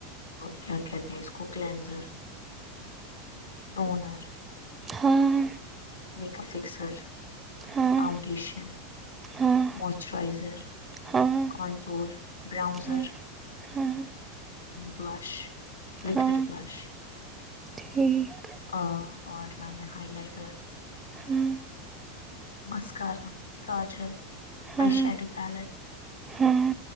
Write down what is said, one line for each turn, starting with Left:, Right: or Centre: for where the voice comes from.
Left: کیا کہتے ہیں اس کو کلینزر ٹونر
Right: ہاں
Left: میک اپ فکسر
Right: ہاں
Left: فانڈیشن
Right: ہاں
Left: موئسچرائزر
Right: ہاں
Left: کانٹور برؤزر
Right: ہاں ہاں
Left: بلش لکوڈ
Right: ہاں
Left: بلش
Right: ٹھیک
Left: ا اور لانے ہائی لائٹر
Right: ہاں
Left: مسکارا کااجل آئی
Right: ہاں
Left: شیڈو پیلٹ
Right: ہاں